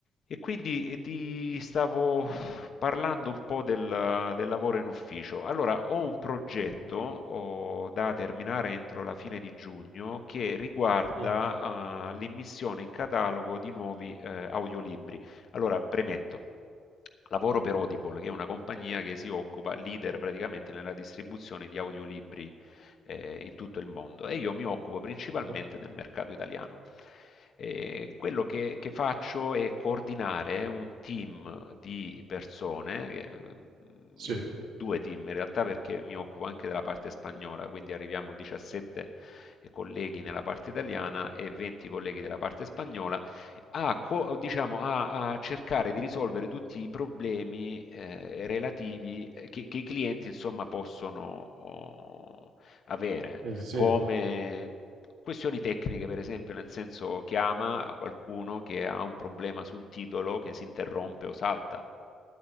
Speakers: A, on the left; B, on the right.
A: E quindi eh, ti stavo parlando un po' del, del lavoro in ufficio. Allora, ho un progetto oh, da terminare entro la fine di giugno che riguarda
B: Mh,
A: ah, l'immissione in catalogo di nuovi eh, audiolibri. Allora, premetto. Lavoro per Audible, che è una compagnia che si occupa, leader praticamente nella distribuzione di audiolibri eh, in tutto il mondo e io mi occupo principalmente
B: mh-mh.
A: del mercato italiano. Eh, quello che, che faccio è coordinare un team di persone, eh,
B: Sì,
A: mi- due team in realtà perché mi occupo anche della parte spagnola, quindi arriviamo a 17 colleghi nella parte italiana e 20 colleghi della parte spagnola, a, co- diciamo, a- a cercare di risolvere tutti i problemi eh, relativi eh, che, che i clienti insomma possono oh, avere,
B: sì, sì,
A: come questioni tecniche, per esempio, nel senso chiama a qualcuno che ha un problema su un titolo che si interrompe o salta,